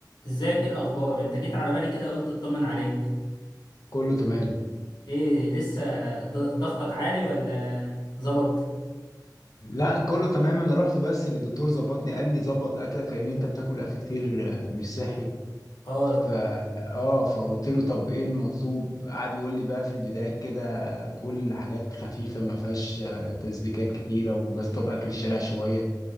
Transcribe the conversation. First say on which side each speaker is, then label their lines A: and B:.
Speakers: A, on the left; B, on the left.
A: ازيك ايه الاخبار انت جيت على بالي كده قلت اطمن عليك
B: كله تمام
A: ايه لسه ض- ضغطك عالي ولا ظبط
B: لا كله تمام انا رحت بس للدكتور ظبطني قال لي ظبط اكلك لان انت بتاكل اكل كتير آه، مش صحي
A: اه
B: فا اه فقلت له طب ايه المطلوب قعد يقول لي بقى في البداية كده كل حاجات خفيفة ما فيهاش آه، تسبيكات كتيرة وبس طب اكل الشارع شوية